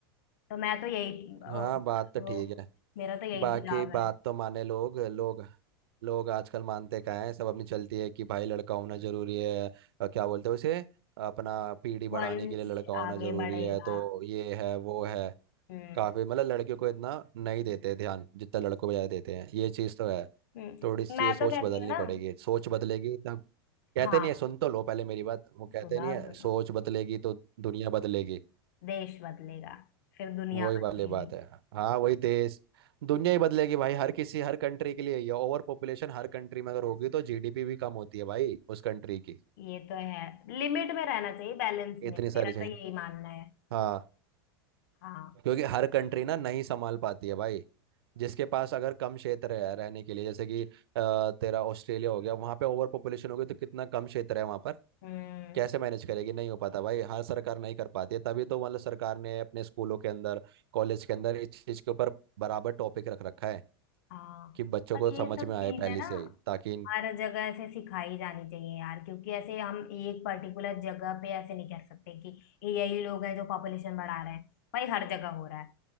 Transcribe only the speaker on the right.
हाँ बात तो
ठीक है
बाकी
बात
तो माने लोग लोग लोग आजकल मानते क्या है सब अपनी चलती है कि भाई लड़का होना जरूरी है अ, क्या बोलते हैं उसे अपना पीढ़ी बढ़ाने
के लिए लड़का होना
जरूरी
है तो ये है वो है
काफी मतलब लड़कियों को इतना नहीं देते ध्यान जितना लड़कों को ज्यादा देते हैं ये चीज तो है
थोड़ी सी
ये सोच
बदलनी
पड़ेगी सोच बदलेगी तब कहते
नहीं है सुन तो लो पहले मेरी बात वो कहते
नहीं है
सोच बदलेगी तो दुनिया बदलेगी
वही
वाली बात है हाँ वही देश दुनिया ही बदलेगी भाई हर किसी हर कंट्री के लिए ये ओवर पॉपुलेशन हर कंट्री में अगर होगी तो जीडीपी भी कम होती है भाई उस कंट्री की
इतनी सारी
चीजें
हाँ
क्योंकि हर कंट्री ना नहीं संभाल पाती है भाई जिसके पास अगर कम क्षेत्र है रहने के लिए जैसे कि अ, तेरा ऑस्ट्रेलिया हो गया वहां पे ओवर पॉपुलेशन हो गई तो कितना कम क्षेत्र है वहां पर
कैसे मैनेज करेगी नहीं हो पाता भाई हर सरकार नहीं कर पाती है तभी तो मतलब सरकार ने अपने स्कूलों के अंदर कॉलेज के अंदर इस चीज के ऊपर बराबर टॉपिक रख रखा है
कि बच्चों
को समझ
में
आए पहले
से ही ताकि इन-